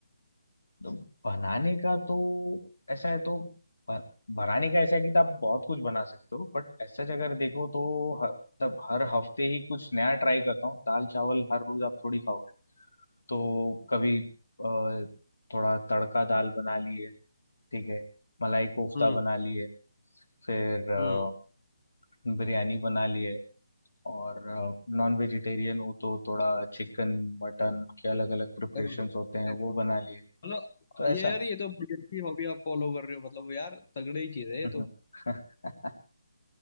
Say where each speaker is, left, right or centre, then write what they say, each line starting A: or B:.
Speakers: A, on the left; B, on the left.
A: तो बनाने का तो ऐसा है तो ब- बनाने का ऐसा है कि तो आप बहुत कुछ बना सकते हो बट ऐसा अगर देखो तो हर तब हर हफ्ते ही कुछ नया ट्राई करता हूँ दाल चावल हर रोज आप थोड़ी खाओगे तो कभी अ, थोड़ा तड़का दाल बना ली है ठीक है मलाई कोफ्ता
B: हम्म
A: बना ली है फिर अ,
B: हम्म
A: बिरयानी बना ली है और नॉन वेजिटेरियन हो तो थोड़ा चिकन मटन के अलग अलग प्रिपरेशंस
B: अरे
A: होते हैं
B: अरे bro,
A: वो बना लिए
B: मतलब
A: तो ऐसा
B: ये यार ये तो बड़ी अच्छी हॉबी आप फॉलो कर रहे हो मतलब यार तगड़े ही चीज है ये
A: <laughs>
B: तो